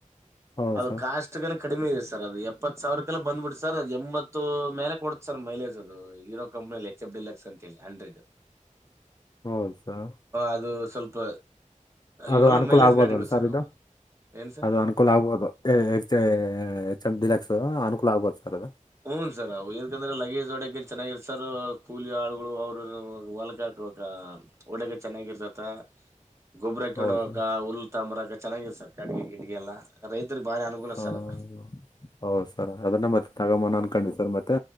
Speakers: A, on the left; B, on the right.
A: ಹೌದು
B: ಅದು
A: ಸರ್
B: ಕಾಸ್ಟ್ ಕನ ಕಡಿಮೆ ಇದೆ ಸರ್ ಅದು ಎಪ್ಪತ್ತು ಸಾವಿರಕ್ಕೆಲ್ಲ ಬ್ಬಿಬಿಡುತೆ ಸರ್ ಅದು ಎಂಬತ್ತು ಮೇಲೆ ಕೊಡತ ಸರ್ ಮೈಲೇಜ್ ಅದು ಈರೋ ಕಂಪ್ನಿಯಲ್ಲಿ ಎಚ್ ಎಫ ಡಿಲ್ ಎಕ್ಸ್ ಅಂತ ಹೇಳಿ ಹಂಡ್ರೆಡ್
A: ಹೌದ್ ಸರ್
B: ಅದು ಸ್ವಲ್ಪ
A: ಅದು
B: ಇವೆಲ್ಲ
A: ಅನುಕೂಲ
B: ಮೈಲೇಜ್
A: ಆಗ್ಬೋದ
B: ಗಾಡಿಗಳು
A: ಅಲ್ ಸರ್ ಇದು
B: ಇವು ಏನ್ ಸರ್
A: ಅದು ಅನುಕೂಲ ಆಗ್ಬೋದು ಹೆಚ್ಚ್ ದಲಾಕ್ಸ್ರ್ ಅನುಕೂಲ ಆಗ್ಬಹದು ಸರ್ ಅದು
B: ಹನ್ ಸರ್ ಏಕಂದ್ರೆ ಲಗೇಜ್ ಒಡಗನ್ ಚೆನ್ನಾಗಿರ್ತ ಸರ್ ಕೂಲಿ ಆಳುಗಳು ಅವ್ರ ಹೊಲ್ಕಾಕ ಒಡೆಗ ಚೆನ್ನಾಗಿರ್ತತ್ತ ಗೊಬ್ಬರ ಕಿಣಕ
A: ಹೌದು ಸರ್
B: ಉುಲ್ ತಾಮ್ರ ಚೆನ್ನಾಗಿರ್ ಸರ್ ಕಡೆಗೆ ಗಿಡಿಗೆಲ್ಲ ರೈತ ಇದ್ರ್ ಭಾರಿ ಅನುಕೂಲ
A: ಹಾಂ
B: ಸಲ್ಲ ಅದ
A: ಹೌದು ಅದನ್ನ ಮತ್ತೆ ತಗ ಮನ ಅನ್ ಕಂಡರ್ ಮತ್ತೆ